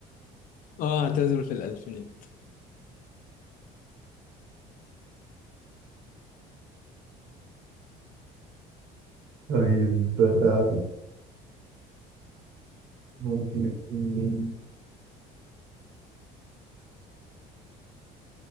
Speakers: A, on the left; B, on the right.
A: اه اعتزل في الالفينات
B: طيب آه، ممكن يكون مين؟